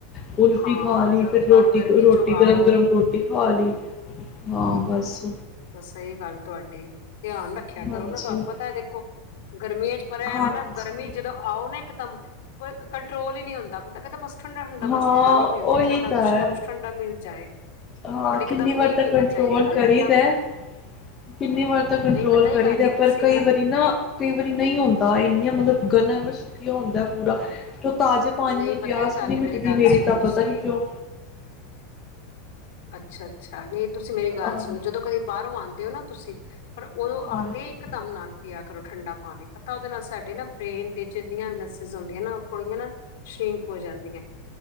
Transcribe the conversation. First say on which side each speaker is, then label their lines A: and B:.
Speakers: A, on the left; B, on the left.
A: ਕੁਲਫੀ
B: ਹਾਂ
A: ਖਾ ਲਈ,
B: ਡ
A: ਫਿਰ
B: ਬਾਹਰੋਂ
A: ਰੋਟੀ-ਰੋਟੀ
B: ਗਰਮੀ ਚੋਂ ਆਓ
A: ਗਰਮ- ਗਰਮ ਰੋਟੀ ਖਾ ਲਈ। ਹਾਂ, ਬੱਸ।
B: ਸਈ ਗੱਲ ਤੁਹਾਡੇ ਧਿਆਨ ਰੱਖਿਆ
A: ਹਾਂਜੀ
B: ਕਰੋ ਨਾ। ਤੁਹਾਨੂੰ ਪਤਾ ਐ, ਦੇਖੋ ਗਰਮੀਆਂ'ਚ ਪਰ ਐਵੇ
A: ਹਾਂਜੀ
B: ਨਾ, ਗਰਮੀ ਜਦੋਂ ਆਓ ਨਾ ਇਕਦਮ ਕੰਟਰੋਲ ਈ ਨੀ ਹੁੰਦਾ, ਬੰਦਾ ਕਹਿੰਦਾ ਬਸ ਠੰਡਾ-ਠੰਡਾ। ਮ
A: ਹਾਂ
B: ਬਸ ਪਾਣੀ ਮਿਲ ਜੇ,
A: ਉਹੀ
B: ਠੰਡਾ।
A: ਤਾਂ
B: ਕੁੱਛ
A: ਹੈ
B: ਨਾ, ਕੁੱਛ ਠੰਡਾ ਮਿਲ ਜਾਏ।
A: ਹਾਂ,
B: ਬਟ ਇਕਦਮ
A: ਕਿੰਨੀ
B: ਨਹੀਂ
A: ਵਾਰ ਤੱਕ
B: ਪੀਣਾ
A: ਕੰਟਰੋਲ
B: ਚਾਹੀਦਾ ਨਾ
A: ਕਰੀਦਾ,
B: ਇਕਦਮ
A: ਕਿੰਨੀ ਵਾਰ ਤੱਕ ਕੰਟਰੋਲ
B: ਨਹੀਂ ਪਤਾ
A: ਕਰੀ
B: ਹੀ ਗੱਲ
A: ਦੇ,
B: ਹੈ
A: ਪਰ
B: ਤੁਸੀਂ
A: ਕਈ ਵਰੀ ਨਾ, ਕਈ ਵਰੀ ਨਈ ਹੁੰਦਾ। ਇੰਨੀਆਂ ਮਤਲਬ ਗਲਾਂ ਵਿੱਚ ਸੁਕਿਆ ਹੁੰਦਾ ਪੂਰਾ ਤਾਜ਼ੇ ਪਾਣੀ
B: ਨਹੀਂ
A: ਨਾਲ
B: ਪਤਾ
A: ਪਿਆਸ
B: ਹੀ ਗੱਲ
A: ਵੀ, ਨੀ, ਮਿਟਦੀ
B: ਗੱਲ
A: ਮੇਰੀ
B: ਸੁਣੋ
A: ਤਾਂ'ਪਤਾ
B: ਤੁਸੀਂ
A: ਨੀ ਕਿਉਂ।
B: ਅੱਛਾ-ਅੱਛਾ ਨਈ ਤੁਸੀਂ ਮੇਰੀ ਗੱਲ
A: ਹਾਂ,
B: ਸੁਣ ਜਦੋਂ ਕਦੇ ਬਾਹਰੋਂ ਆਉਂ ਦਿਓ ਨਾ, ਤੁਸੀਂ। ਪਰ ਉਦੋਂ,
A: ਹਾਂਜੀ
B: ਆਉਂਦੇਆ ਈ ਇੱਕ ਦਮ ਨਾੰਗ ਗਿਆ। ਕਰੋ ਠੰਡਾ ਪਾਣੀ, ਪਤਾ। ਉਹਦੇ ਨਾਲ, ਸਾਡੀ ਨਾ, ਬ੍ਰੇਨ ਦੀ'ਚ ਜਿੰਨੀਆਂ ਵੀ ਨਸਜ਼ ਹੁੰਦੀਆਂ ਨਾ, ਉਹ ਥੋੜੀਆਂ ਨਾ ਸ਼੍ਰਿੰਕ ਹੋ ਜਾਂਦੀਆਂ